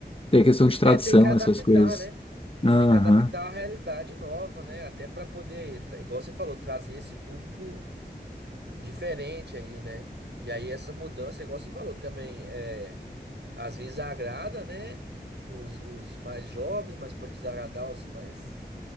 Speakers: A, on the left; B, on the right.
A: Tem a questão de
B: É,
A: tradução,
B: tem que adaptar,
A: essas coisas.
B: né?
A: Aham.
B: Tem que adaptar à realidade nova, né? Até para poder, tra- igual você falou, trazer esse público diferente aí, né? E aí essa mudança, igual você falou, também é. Às vezes agrada, né? Os, os mais jovens, mas pode desagradar os mais,